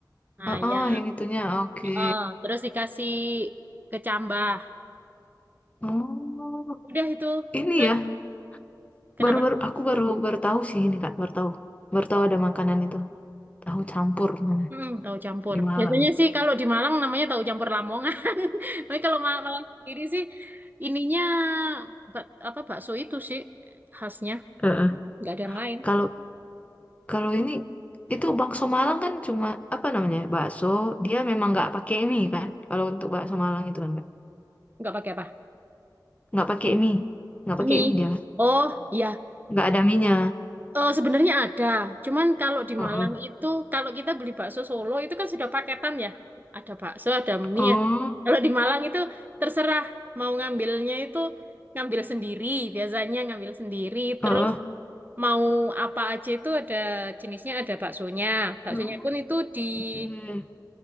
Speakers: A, on the right; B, on the left.
A: Nah,
B: heeh,
A: ya.
B: yang itunya oke.
A: Oh, terus dikasih kecambah.
B: Oh,
A: Udah itu.
B: ini
A: Terus
B: ya.
A: kenapa?
B: Baru-baru aku baru baru tahu sih ini Kak, baru tahu. Baru tahu ada makanan itu. Tahu campur namanya
A: Hmm, tahu campur.
B: di Malang.
A: Biasanya sih kalau di Malang namanya tahu campur Lamongan. <laughs> Tapi kalau Ma- Malang sendiri sih ininya bak- apa bakso itu sih khasnya,
B: Heeh.
A: nggak ada yang lain.
B: Kalau kalau ini itu bakso Malang kan cuma apa namanya? ya, Bakso dia memang nggak pakai mie kan? Kalau untuk bakso Malang itu kan
A: Nggak pakai apa?
B: nggak pakai mie nggak pakai
A: Mie.
B: mie dia
A: Oh, iya.
B: nggak ada mie
A: Eh, sebenarnya ada, cuman kalau di
B: Heeh.
A: Malang itu, kalau kita beli bakso Solo itu kan sudah paketan ya, ada bakso, ada mie.
B: oh
A: Kalau di Malang itu terserah mau ngambilnya itu ngambil sendiri, biasanya ngambil sendiri. Terus
B: heeh.
A: mau apa aja itu ada jenisnya, ada baksonya. Baksonya
B: Oh,
A: pun itu diisi
B: oke Heeh.